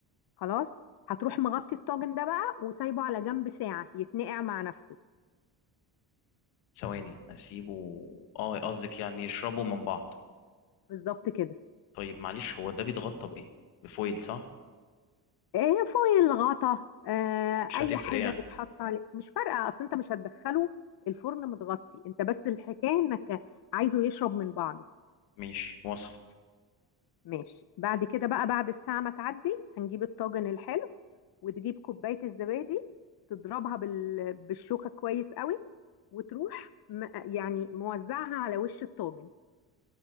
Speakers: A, on the left (about 50°); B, on the left (about 80°).
A: خلاص هتروح مغطي الطاجن ده بقى وسايبه على جنب ساعة يتنقع مع نفسه
B: ثواني اسيبه اه قصدك يعني يشربوا من بعض
A: بالظبط كده
B: طيب معلش هو ده بيتغطى بايه بفويل صح
A: ايه فويل غطا آه
B: مش
A: اي
B: هتفرق
A: حاجة
B: يعني
A: تتحط عليه مش فارقة اصل انت مش هتدخله الفرن متغطي انت بس الحكاية انك عايزه يشرب من بعضه
B: ماشي وصل
A: ماشي بعد كده بقى بعد الساعة ما تعدي هنجيب الطاجن الحلو وتجيب كوباية الزبادي تضربها بال... بالشوكة كويس قوي وتروح م... يعني موزعها على وش الطاجن